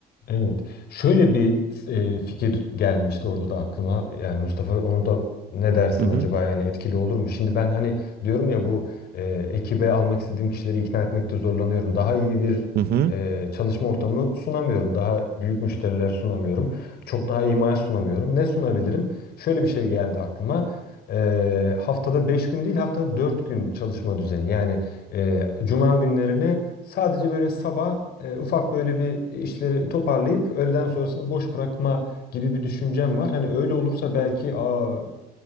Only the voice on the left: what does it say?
Evet. Şöyle bir e, fikir gelmişti orada da aklıma. Yani Mustafa onu da ne dersin
acaba yani etkili olur mu? Şimdi ben hani diyorum ya bu e, ekibe almak istediğim kişileri ikna etmekte zorlanıyorum. Daha iyi bir
e, çalışma ortamı sunamıyorum. Daha büyük müşteriler sunamıyorum. Çok daha iyi maaş sunamıyorum. Ne sunabilirim? Şöyle bir şey geldi aklıma. E, haftada 5 gün değil haftada 4 gün çalışma düzeni. Yani e, Cuma günlerini sadece böyle sabah e, ufak böyle bir işleri toparlayıp öğleden sonrasını boş bırakma gibi bir düşüncem var. Hani öyle olursa belki aa